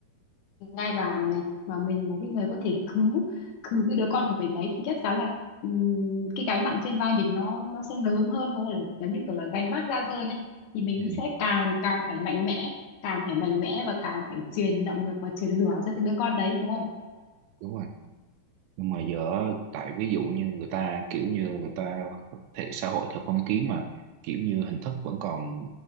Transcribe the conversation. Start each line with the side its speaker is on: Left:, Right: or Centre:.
Left: ngai vàng này và mình là cái người có thể cứu cứu cái đứa con của mình đấy thì chắc chắn là ừm, cái gánh nặng trên vai mình nó nó sẽ lớn hơn thôi là giống như kiểu là gánh vác nặng hơn ấy thì mình
Right: Ừ,
Left: sẽ càng càng phải mạnh mẽ càng phải mạnh mẽ và càng phải truyền động lực và truyền lửa cho cái đứa con đấy đúng không
Right: đúng rồi. nhưng mà giờ tại ví dụ như người ta kiểu như người ta thể xã hội theo phong kiến mà kiểu như hình thức vẫn còn